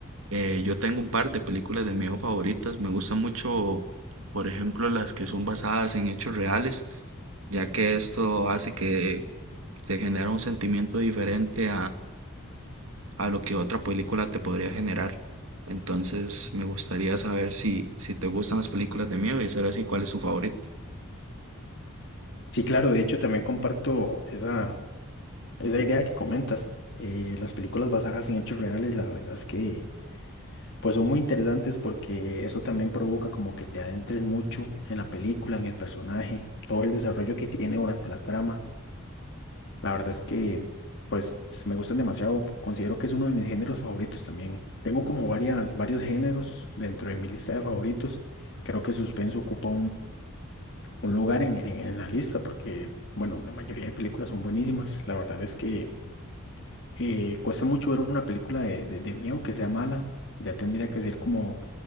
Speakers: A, on the right; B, on the left.
A: Eh, yo tengo un par de películas de miedo favoritas. Me gustan mucho, por ejemplo, las que son basadas en hechos reales, ya que esto hace que te genera un sentimiento diferente a lo que otra película te podría generar. Entonces, me gustaría saber si, si te gustan las películas de miedo y saber así cuál es su favorito.
B: Sí, claro, de hecho también comparto esa, esa idea que comentas. Eh, las películas basadas en hechos reales, la verdad es que pues son muy interesantes porque eso también provoca como que te adentres mucho en la película, en el personaje, todo el desarrollo que tiene durante la trama. La verdad es que pues me gustan demasiado, considero que es uno de mis géneros favoritos también. Tengo como varias, varios géneros dentro de mi lista de favoritos. Creo que suspenso ocupa un lugar en, en- en la lista porque, bueno, la mayoría de películas son buenísimas. La verdad es que eh, cuesta mucho ver una película de, de, de miedo que sea mala. Ya tendría que ser como